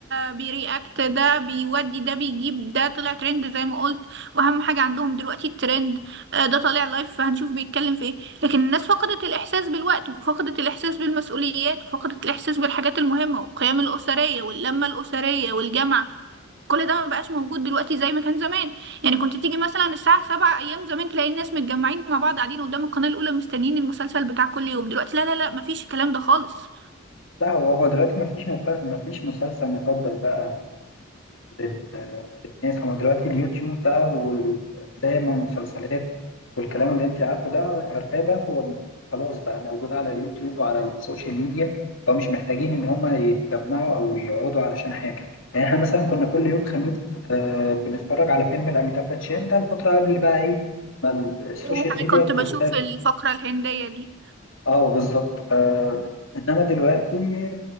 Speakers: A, on the right; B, on the left.
A: بيرياكت ده بيودي ده بيجيب ده طلع ترند زي ما قلت واهم حاجه عندهم دلوقتي الترند آه، ده طالع لايف فهنشوف بيتكلم في ايه لكن الناس فقدت الاحساس بالوقت وفقدت الاحساس بالمسؤوليات وفقدت الاحساس بالحاجات المهمه والقيم الاسريه واللمه الاسريه والجامعه كل ده ما بقاش موجود دلوقتي زي ما كان زمان يعني كنت تيجي مثلا الساعة سبعة أيام زمان تلاقي الناس متجمعين مع بعض قاعدين قدام القناة الأولى مستنيين المسلسل بتاع كل يوم دلوقتي لا لا لا مفيش الكلام ده خالص
B: لا هو هو دلوقتي مفيش مف... مفيش مسلسل مفضل بقى للناس هو دلوقتي اليوتيوب بقى والأفلام والمسلسلات والكلام اللي أنت عارفه ده عارفاه ده هو خلاص بقى موجود على اليوتيوب وعلى السوشيال ميديا فمش محتاجين إن هما يتجمعوا أو يقعدوا علشان حاجة يعني إحنا مثلا كنا كل يوم خميس آه بنتفرج على فيلم لأميتاب باتشان ده الفترة قبل بقى إيه السوشيال
A: يعني أنا
B: ميديا
A: كنت
B: بتزداد
A: بشوف الفقرة الهندية دي
B: أه بالظبط آه، إنما دلوقتي